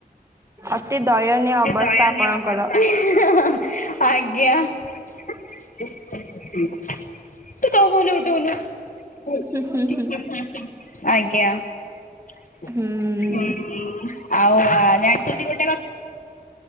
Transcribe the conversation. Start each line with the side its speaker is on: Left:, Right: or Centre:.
Right: ଅତି ଦୟନୀୟ ଅବସ୍ଥା
Left: ଦୟନୀୟ
Right: ଆପଣଙ୍କର।
Left: ଅବସ୍ଥା। ଆଜ୍ଞା। ତୁ ତୋ ଫୋନରେ ଉଠଉନୁ। <unintelligible>
Right: ହୁଁ ହୁଁ
Left: ଆଜ୍ଞା
Right: ହୁଁ
Left: ହୁଁ ଆଉ ଆ
Right: ହୁଁ
Left: ଜାଣିଛନ୍ତି ଗୋଟ